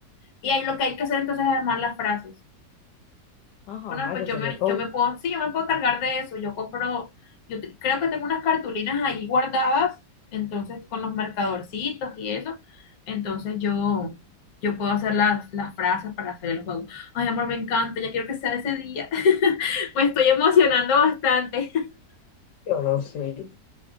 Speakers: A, on the left; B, on the left.
A: Y ahí lo que hay que hacer entonces es armar las frases.
B: Ajá,
A: Bueno, pues
B: eso
A: yo
B: sería
A: me,
B: todo.
A: yo me puedo, sí, yo me puedo cargar de eso. Yo compro, yo te- creo que tengo unas cartulinas ahí guardadas, entonces con los marcadorcitos y eso. Entonces yo, yo puedo hacer las, las frases para hacer el juego. Ay, amor, me encanta, ya quiero que sea ese día. <laughs> Me estoy emocionando bastante.
B: Yo no sé.